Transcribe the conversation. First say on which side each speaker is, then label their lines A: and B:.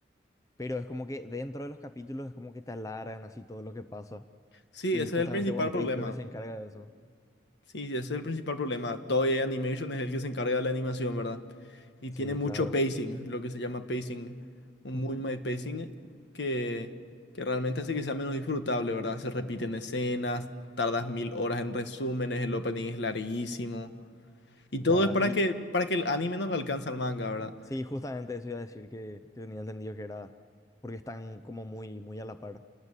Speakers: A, on the left; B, on the left.
A: pero es como que dentro de los capítulos es como que te alargan así todo lo que pasa.
B: Sí,
A: Y
B: ese
A: justamente
B: es el principal
A: One
B: problema.
A: Piece creo que se encarga de eso.
B: Sí, sí, ese es el principal problema. Toei Animation es el que se encarga de la animación, ¿verdad? Y
A: Sí,
B: tiene mucho
A: claro.
B: pacing, lo que se llama pacing, un
A: Ujú.
B: muy mal pacing que, que realmente hace que sea menos disfrutable, ¿verdad? Se repiten escenas, tardas mil horas en resúmenes, el opening es larguísimo. Y
A: Ya,
B: todo es para
A: y
B: que, para que el anime no le alcance al manga, ¿verdad?
A: sí, justamente eso iba a decir que, que tenía entendido que era porque están como muy, muy a la par.